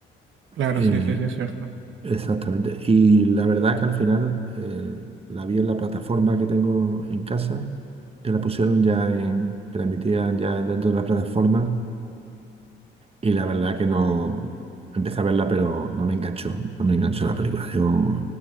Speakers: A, on the right; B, on the right.
A: Claro,
B: Eh,
A: sí, sí, sí, es cierto.
B: Exactamente. Y la verdad que al final eh, la vi en la plataforma que tengo en casa, que la pusieron ya en, que la emitían ya dentro de la plataforma, y la verdad que no empecé a verla, pero no me enganchó, no me enganchó la película. Yo